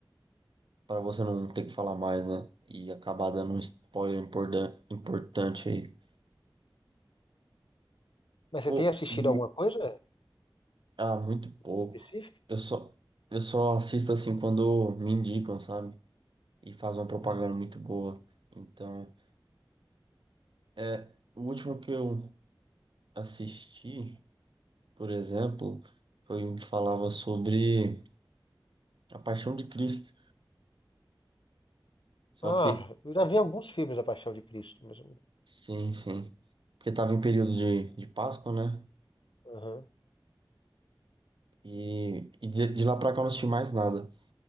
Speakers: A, on the right; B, on the left.
A: Pra você não ter que falar mais, né? E acabar dando um spoiler importan- importante aí.
B: Mas você
A: Pô,
B: tem assistido
A: e
B: alguma coisa
A: Ah, muito pouco.
B: específica?
A: Eu só, eu só assisto assim quando me indicam, sabe? E faz uma propaganda
B: Hum.
A: muito boa. Então, é, o último que eu assisti, por exemplo, foi um que falava sobre a Paixão de Cristo. Só
B: Ah,
A: que,
B: eu já vi alguns filmes da Paixão de Cristo, mas... eu
A: sim, sim. Porque tava em período de, de Páscoa, né?
B: Aham.
A: E, e de, de lá pra cá eu não assisti mais nada.